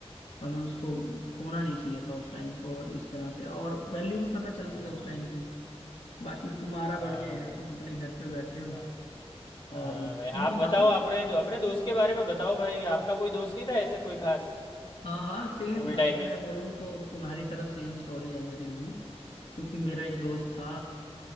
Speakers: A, on the left; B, on the left.
A: हमें उसको खोना नहीं चाहिए था उस टाइम को इस तरह से और वैल्यू भी पता चलती
B: हाँ
A: है उस टाइम की बाकी तुम्हारा
B: हाँ
A: बढ़िया
B: भाई
A: है तुम अपने घर पे बैठे हो
B: हाँ
A: और
B: हाँ भाई
A: तुम
B: आप
A: बताओ
B: बताओ अपने दो, अपने दोस्त के बारे में बताओ भाई आपका कोई दोस्त नहीं था ऐसे कोई खास
A: हाँ हाँ सेम
B: स्कूल टाइम
A: अगर
B: में
A: मैं बोलूँ तो तुम्हारी तरह सेम स्टोरी है मेरे भी क्योंकि मेरा एक दोस्त था